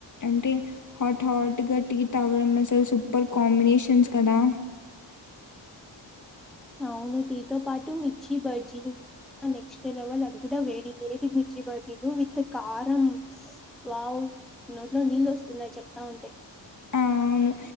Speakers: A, on the left (about 40°); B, in the centre.
A: అంటే హాట్ హాట్గా టీ తాగడం, అసలు సూపర్ కాంబినేషన్స్ కదా
B: అవును టీ తో పాటు మిర్చి బజ్జి. నెక్స్ట్ లెవెల్ అది కూడా వేడి లేడి మిర్చి బజ్జీలు విత్ కారం. వావ్ నోట్లో నీళ్ళు వస్తున్నాయ్ చెప్తా ఉంటే.
A: ఆ అవును